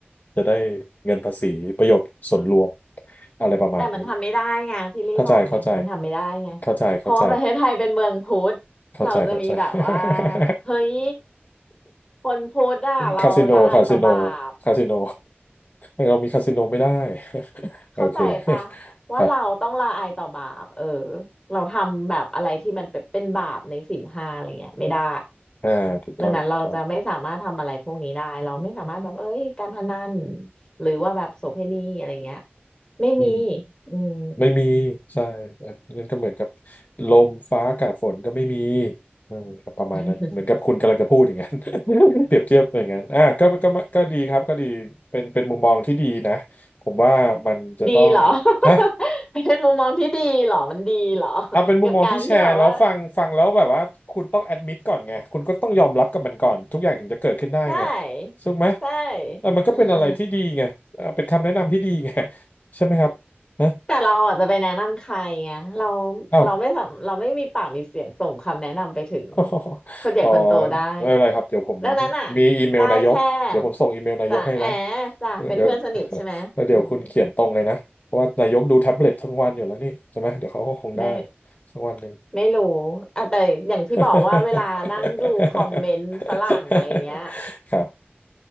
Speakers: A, on the left; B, on the left.
A: จะได้เงินภาษีประโยชน์ส่วนรวมอะไรประมาณนี้
B: แต่มันทำไม่ได้ไงพี่ลี่บอกไงมันทำไม่ได้ไง
A: เข้าใจเข้าใจเข้าใจเข้าใจ
B: เพราะว่าประเทศไทยเป็นเมืองพุทธเราจะมีแบบว่า
A: เข้าใจเข้าใจ <laughs>
B: เฮ้ยคนพุทธอ่ะเราละอายต่อบาป
A: คาสิโนคาสิโนคาสิโน <laughs> เรามีคาสิโนไม่ได้ <laughs>
B: เข้าใจปะ
A: โอเค
B: ว่าเราต้องละอายต่อบาปเออ
A: ครับ
B: เราทำแบบอะไรที่มันเป็นเป็นบาปในศีลห้าอะไรเงี้ยไม่ได้
A: อ่าถูกต้องถูกต้อง
B: ดังนั้นเราจะไม่สามารถทำอะไรพวกนี้ได้เราไม่สามารถแบบเอ้ยการพนันหรือว่าแบบโสเภณีอะไรเงี้ยไม่มี
A: อืม
B: อืม
A: ไม่มีใช่นั่นก็เหมือนกับลมฟ้าอากาศฝนก็ไม่มีเออครับประมาณนั้นเหมือนกับคุณกำลังจะพูดอย่างนั้น
B: <laughs>
A: <laughs> เปรียบเทียบอย่างนั้นอ่ะก็ก็ก็ดีครับก็ดีเป็นเป็นมุมมองที่ดีนะผมว่ามันจะต้อง
B: ดีเหรอ
A: ฮะ
B: <laughs> เป็นมุมมองที่ดีเหรอมันดีเหรอ
A: เอาเป็นมุมมองที่แชร์แล้วฟังฟังแล้วแบบว่าคุณต้องแอดมิดก่อนไงคุณก็ต้องยอมรับกับมันก่อนทุกอย่างถึงจะเกิดขึ้นได้ไง
B: กับการที่แบบว่า <laughs> ใช่ใช่
A: ถูกไหมเออมันก็เป็นอะไรที่ดีไงเออเป็นคำแนะนำที่ดีไง
B: อืม
A: ใช่ไหมครับฮะ
B: แต่เราอาจจะไปแนะนำใครไงเรา
A: เอ้า
B: เราไม่สำเราไม่มีปากมีเสียงส่งคำแนะนำไปถึง
A: <laughs>
B: คนใหญ่คนโตได้
A: อ๋อไม่เป็นไรครับเดี๋ยวผม
B: ดังนั้นอ่ะ
A: มีอีเมลนายกเดี๋ยวผมส่งอีเมลนายกให้นะ
B: ได้แค่จ่าแอจ่าเป็นเพื่อนสนิทใช่ไหมอืม
A: เดี๋ยว <laughs> แล้วเดี๋ยวคุณเขียนตรงเลยนะเพราะว่านายกดูแท็บเล็ตทั้งวันอยู่แล้วนี่ใช่ไหมเดี๋ยวเขาก็คงได้
B: ไม่
A: สักวันหนึ่ง
B: ไม่รู้อ่ะแต่อย่างที่บอกว่าเวลานั่งดูคอมเมนต์ฝรั่งอะไรเงี้ย
A: <laughs> ครับ